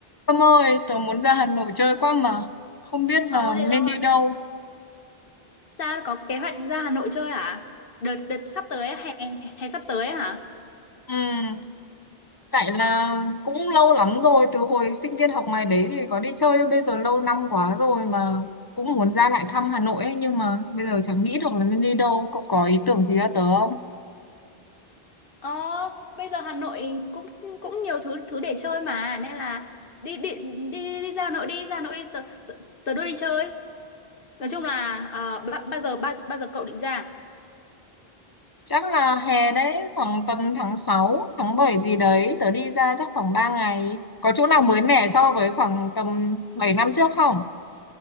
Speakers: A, on the left; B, on the left.
A: Tâm ơi, tớ muốn ra Hà Nội chơi quá mà, không biết
B: Ờ
A: là
B: hello,
A: nên đi đâu.
B: sao có kế hoạch ra Hà Nội chơi hả? Đợt đợt sắp tới á, hè hè sắp tới á hả?
A: Ừ, tại là cũng lâu lắm rồi, từ hồi sinh viên học ngoài đấy thì có đi chơi, bây giờ lâu năm quá rồi mà cũng muốn ra lại thăm Hà Nội ấy, nhưng mà bây giờ chẳng nghĩ được là nên đi đâu, cậu có ý tưởng gì cho tớ không?
B: Ờ, bây giờ Hà Nội cũng cũng nhiều thứ thứ để chơi mà nên là đi đi đi, đi ra Hà Nội đi ra Hà Nội đi tớ, tớ, tớ đưa đi chơi. Nói chung là ờ, ba- bao giờ ba, bao giờ cậu định ra?
A: Chắc là hè đấy, khoảng tầm tháng 6, tháng 7 gì đấy, tớ đi ra chắc khoảng 3 ngày. Có chỗ nào mới mẻ so với khoảng tầm 7 năm trước không?